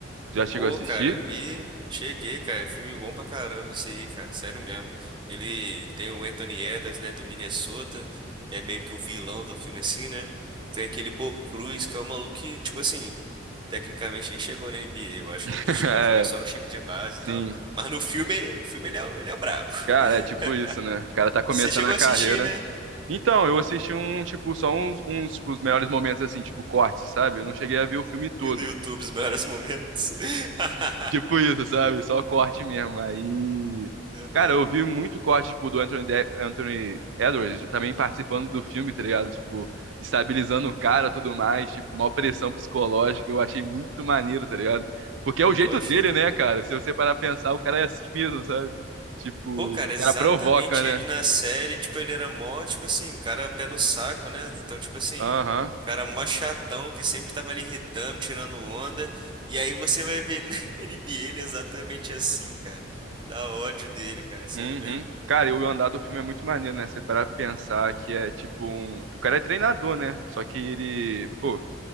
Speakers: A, on the right (about 85°); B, on the right (about 25°).
A: Já chegou
B: Pô,
A: a assistir?
B: cara, vi, cheguei, cara. Filme bom pra caramba esse aí, cara. Sério mesmo. Ele tem o Anthony Edwards, né, do Minnesota, que é meio que o vilão do filme, assim, né? Tem aquele Bo Cruz, que é um maluco que, tipo assim, tecnicamente nem chegou na NBA, eu acho.
A: <laughs>
B: Ele chegou
A: É,
B: a jogar só no time de base
A: sim.
B: e tal. Mas no filme, no filme ele é, o- ele é o brabo.
A: Cara,
B: <laughs>
A: é tipo isso, né? O cara tá começando
B: Você chegou
A: a
B: a
A: carreira.
B: assistir, né?
A: Então, eu assisti um, tipo, só uns, uns, tipo, os melhores momentos, assim, tipo, cortes, sabe? Eu não cheguei a ver o filme todo.
B: Viu no YouTube os melhores momentos. <laughs>
A: Tipo isso, sabe? Só corte mesmo. Aí.
B: Aham.
A: Cara, eu vi muito corte, tipo, do Anthony, De- Anthony Edwards também participando do filme, tá ligado? Tipo, estabilizando o cara e tudo mais, tipo, uma pressão psicológica. Eu achei muito maneiro, tá ligado? Porque é o jeito
B: Eu achei
A: dele,
B: também.
A: né, cara? Se você parar pra pensar, o cara é assim mesmo, sabe? Tipo,
B: Pô, cara,
A: o
B: exatamente
A: cara provoca, né?
B: ele na série, tipo, ele era mó, tipo assim, um cara pé no saco, né? Então, tipo assim,
A: Aham.
B: um cara mó chatão que sempre tava ali irritando, tirando onda. E aí você vai ver ele <laughs> na NBA, ele é exatamente assim, cara. Dá ódio dele, cara, sério
A: Uhum.
B: mesmo.
A: Cara, e o andar do filme é muito maneiro, né? Você parar pra pensar que é tipo um. O cara é treinador, né? Só que ele, pô, O